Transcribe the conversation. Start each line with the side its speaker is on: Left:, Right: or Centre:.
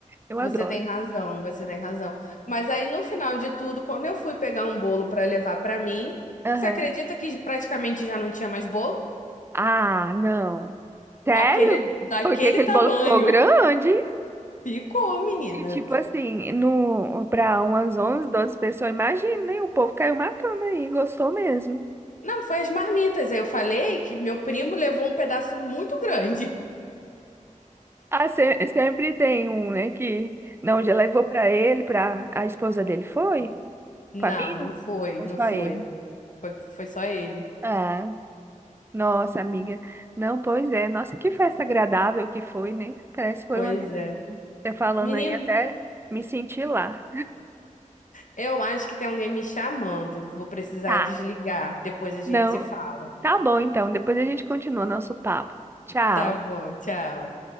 Right: Eu
Left: você
Right: adoro.
Left: tem razão, você tem razão. Mas aí no final de tudo, quando eu fui pegar um bolo pra levar pra mim,
Right: Aham.
Left: você acredita que praticamente já não tinha mais bolo?
Right: Ah, não. Sério?
Left: Aquele daquele
Right: Porque aquele
Left: tamanho.
Right: bolo ficou grande
Left: <laughs> Ficou, menina.
Right: e, tipo assim, no, pra umas 11 12 pessoas, imagina, né, o povo caiu matando aí, gostou mesmo.
Left: Não, foi as marmitas. Aí eu falei que meu primo levou um pedaço muito grande.
Right: Ah, se- sempre tem um, né, que não, já levou pra ele, pra a esposa dele, foi?
Left: Não,
Right: Família?
Left: não foi,
Right: Foi
Left: não
Right: só
Left: foi.
Right: ele.
Left: Foi, foi só ele.
Right: Ah, nossa, amiga. Não, pois é. Nossa, que festa agradável que foi, né? Parece que foi
Left: Pois
Right: uma delícia.
Left: é.
Right: Você Falando
Left: Menino,
Right: aí até me senti lá.
Left: Eu acho que tem alguém me chamando. Vou precisar
Right: Tá.
Left: desligar. Depois a gente
Right: Não,
Left: se fala.
Right: tá bom então. Depois a gente continua nosso papo. Tchau.
Left: Tá bom, tchau.